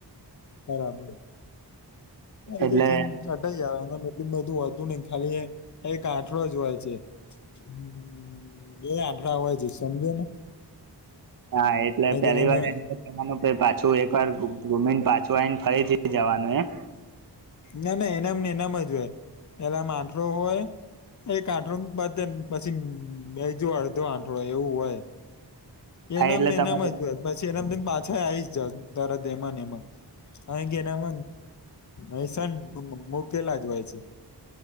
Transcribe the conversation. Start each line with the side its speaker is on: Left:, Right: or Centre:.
Left: બરાબર. એ
Right: એટલે
Left: તો જીન <unintelligible> ધું બધું હોતુ ની ખાલી એક આઠડો જ હોય છે. મ્મ બે આઠડા વાય છે. સમજો ને
Right: હા. એટલે પેલી
Left: એનામાં
Right: વાર એ જનું પાછું એક વાર ગુમીને પાછું આવીઈને ફરીથી જવાનું એમ.
Left: ના ના એનામને એનામ જ હોય. પેલામાં આઠરો હોય. એક આંઠડો બધ પછી બે જો અડધો આંઠડો એવું હોય. એનામને
Right: હા એટલે
Left: એનામ
Right: તમારે
Left: જ હોત પછી એના પાછા આવી જ જ તર દ એમાં ને એમાં. અહી કેનામ અસ મોકેલા જ હોય છે.